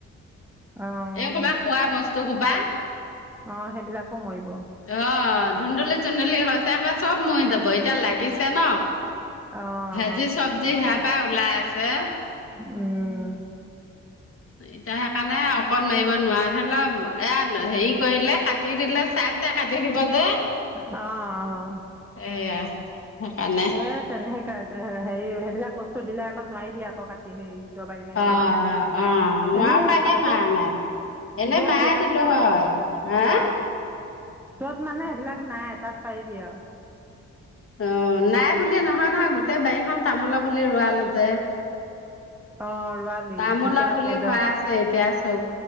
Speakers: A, in the centre; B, on the left.
A: অঁ
B: এইসোপা খোৱা বস্তু সোপা।
A: অঁ সেইবিলাকো মৰিব
B: আহ ধুন্দোলি চুডলি হয়। তেসোপা চব মৰি যাব এতিয়া লাগিছে ন
A: অঁ
B: ভাজি চব্জি সেয়া পাই উলাই আছে।
A: উম।
B: এতিয়া সেইকাৰণে অকণ মাৰিব নোৱাৰা ধেন। অলপ এয়াত সেই কৰিলে কাটি দিলে চাই চাই কাটি দিব যে।
A: অঁ
B: এয়া সেকানে
A: সেই তেনে সেই হেৰি সেইবিলাক বস্তু দিলে আকৌ নোৱাৰিবি আকৌ কাটি হেৰি দবাৰি মাৰিব
B: অ অ নোৱাৰো
A: এনেই
B: কাৰণে
A: পাজত
B: মাৰা নাই এনে
A: য'ত
B: মায়ে
A: দিয়া
B: দিলো
A: নাই
B: হয় হা
A: অ য'ত মা নাই, সেইবিলাক নাই তাত পাৰিবি আও।
B: অ নাই বুলি নহয় নহয় গোটেই বাৰীখন তামোল পুলি ৰোৱালো যে।
A: অঁ ৰোৱালি
B: তামোলা
A: ঠিকে আছে
B: পুলি
A: দে
B: হোৱা আছে এতিয়া চব।